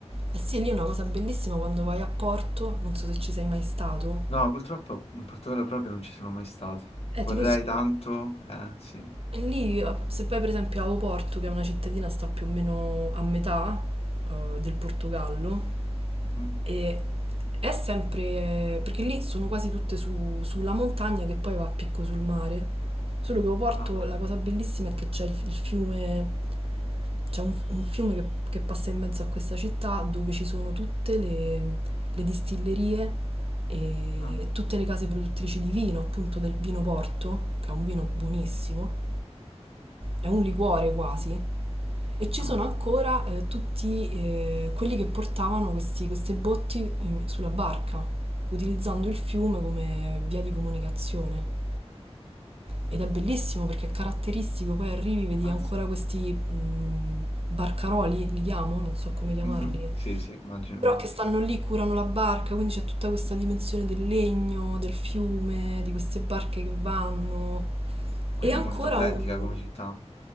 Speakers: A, on the right (about 55°); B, on the left (about 60°).
A: Eh sì, lì è una cosa bellissima quando vai a Porto, non so se ci sei mai stato.
B: No, purtroppo in Portogallo proprio non ci sono mai stato.
A: Eh,
B: Vorrei
A: ti consiglio.
B: tanto, eh, sì.
A: E lì, eh,
B: Fa-
A: se vai per esempio a Oporto, che è una cittadina sta più o meno a metà eh, del Portogallo,
B: Mhm.
A: E è sempre... perché lì sono quasi tutte su- sulla montagna che poi va a picco sul mare. Solo che Oporto
B: Ah, ok.
A: la cosa bellissima è che c'è il, il fiume, c'è un, un fiume che, che passa in mezzo a questa città dove ci sono tutte le, le distillerie e,
B: Ah,
A: e tutte le case produttrici di vino, appunto del vino Porto, che è un vino buonissimo, è un liquore quasi, e ci
B: ah,
A: sono ancora eh, tutti eh, quelli che portavano questi- queste botti in- sulla barca, utilizzando il fiume come via di comunicazione. Ed è bellissimo perché è caratteristico, poi arrivi, vedi
B: mazza.
A: ancora questi mh, barcaroli, li chiamo, non so come chiamarli,
B: Mhm. Sì, sì, immagino.
A: però che stanno
B: <laughs>
A: lì, curano la barca, quindi c'è tutta questa dimensione del legno, del fiume, di queste barche che vanno.
B: Quindi
A: E ancora
B: è molto autentica
A: un,
B: come città.